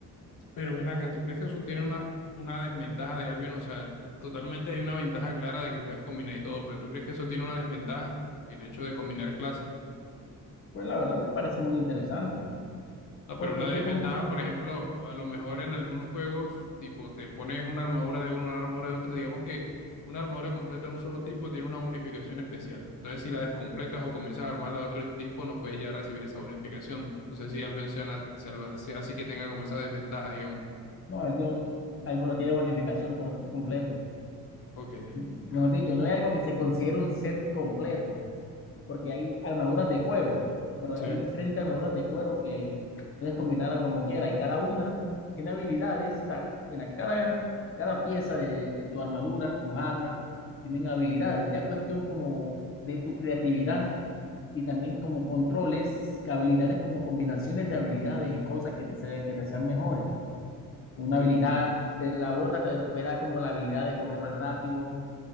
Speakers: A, on the left; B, on the left.
A: Pero ven acá, ¿tú crees que eso tiene una, una desventaja de Albion? O sea, totalmente hay una ventaja clara de que puedes combinar y todo, pero ¿tú crees que eso tiene una desventaja? El hecho de combinar clases.
B: Pues la verdad me parece muy interesante,
A: No,
B: porque
A: pero una
B: es que
A: desventaja,
B: como,
A: por ejemplo, a lo mejor en algunos juegos, tipo, te pones una armadura de uno, una armadura de otro, digamos que una armadura completa de un solo tipo tiene una bonificación especial. Entonces, si la descompletas o comienzas a armarla de otro tipo, no puedes ya recibir esa bonificación. No sé si Albion sea, una- sea, sea así que tenga como esa desventaja, digamos.
B: no, es de un- hay- bueno, tiene bonificación por set completo.
A: Ok,
B: Mejor dicho, no es algo que se considere un set completo, porque hay armaduras de cuero, pero
A: sí,
B: hay diferentes armaduras de cuero que puedes combinarla como quieras y cada una tiene habilidades. o mira, cada, cada pieza de, de tu armadura, tus armas, tienen habilidades. Ya cuestión como de tu creatividad y también como controles, que habilidades como combinaciones de habilidades y cosas que te, sea- que te sean mejores. Una
A: sí,
B: habilidad, te la bota, te puede dar como la habilidad de correr más rápido,